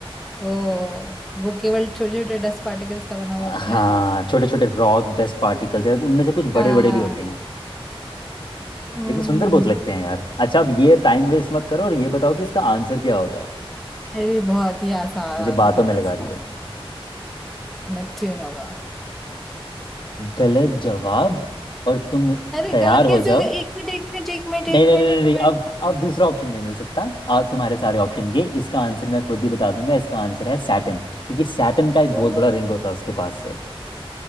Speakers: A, in the centre; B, on the left.
A: वो वो केवल छोटे छोटे डस्ट पार्टिकल्स का बना हुआ होता
B: हाँ
A: है
B: छोटे छोटे रॉक डस्ट पार्टिकल्स उनमें से कुछ
A: <laughs>
B: बड़े
A: हाँ
B: बड़े भी होते हैं
A: हम्म
B: लेकिन सुंदर बहुत लगते हैं यार अच्छा अब ये टाइम वेस्ट मत करो और ये बताओ कि इसका आंसर क्या होगा
A: अरे बहुत ही आसान
B: मुझे
A: आंसर
B: बातों में
A: है
B: लगा
A: इसका
B: रही हो
A: नेपच्यून होगा
B: गलत जवाब और तुम
A: अरे
B: तैयार
A: गलत
B: हो
A: कैसे
B: जाओ
A: हो गया एक मिनट एक मिनट एक मिनट एक
B: नहीं नहीं
A: मिनट
B: नहीं
A: एक
B: नहीं नहीं, अब
A: मिनट
B: अब दूसरा ऑप्शन नहीं मिल सकता आप तुम्हारे सारे ऑप्शन गए इसका आंसर मैं खुद ही बता दूंगा इसका आंसर है सैटन क्योंकि सैटन का एक
A: ओ
B: बहुत बड़ा रिंग होता है उसके पास से